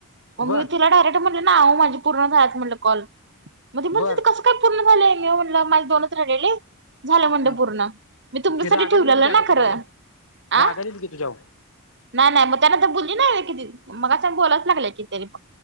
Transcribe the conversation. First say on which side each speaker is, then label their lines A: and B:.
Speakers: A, on the right; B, on the left.
A: मग
B: बर
A: मी तिला करेक्ट इथं म्हटलं नावावर माझ्या पूर्ण झाल्यात म्हटलं कॉल, म ती म्हणत्याती
B: बर
A: कसं? काय पूर्ण झालंय, म्या म्हटलं माझे दोनच राहिलेले झालं म्हणंलं
B: हा
A: पूर्ण. मी तुमच्यासाठी
B: ती रागाला
A: ठेवलेलं
B: येईल की अगं
A: ना खरं,..
B: तुझ्यावर
A: आ.
B: रागाला येईल की तुझ्यावर
A: नाही, नाही मग त्या नंतर बोलली नाही किती मगाच्यान बोलायच लागलंय कि तरी पण.